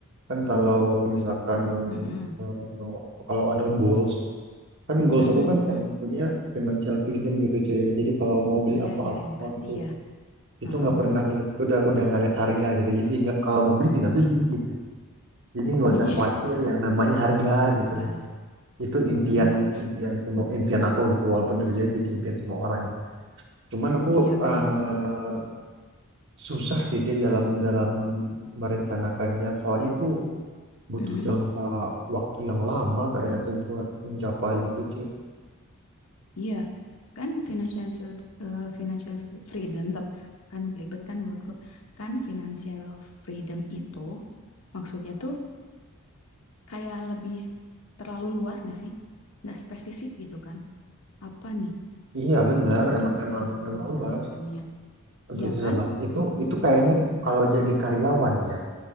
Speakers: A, on the right; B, on the left.
A: kan kalau misalkan
B: Mm-mm.
A: eh, kalau ada goals kan goals
B: Mm-mm.
A: aku kan
B: Mm-mm.
A: pengen punya financial freedom gitu cuy ya jadi kalau mau beli
B: Iya,
A: apa-apa
B: ya, yang tadi
A: gitu
B: ya.
A: itu
B: Heeh.
A: nggak pernah lihat udah udah nggak lihat harga gitu jadi tinggal kalau mau beli tinggal beli gitu jadi nggak
B: Iya,
A: usah khawatir
B: <laughs>
A: yang namanya harga
B: bebas.
A: gitu loh itu
B: Oh,
A: impian impian semua impian aku gitu walaupun itu juga jadi impian semua orang ya cuman aku
B: iya kayaknya.
A: eh, susah sih sih dalam dalam merencanakannya soalnya itu butuh
B: Mm,
A: jangka waktu yang lama kayak tuh buat mencapai gitu cuy
B: iya, kan financial field, eh, financial fr- freedom tuh. Kan belibet kan menurutku. Kan financial freedom itu maksudnya tuh kayak lebih terlalu luas nggak sih? Nggak spesifik gitu kan? Apa nih
A: iya benar
B: untuk mencapai
A: emang emang
B: financial
A: emang luas
B: freedomnya?
A: Aduh,
B: Iya
A: itu susah
B: kan?
A: bang. Itu itu kayaknya kalau jadi karyawan ya,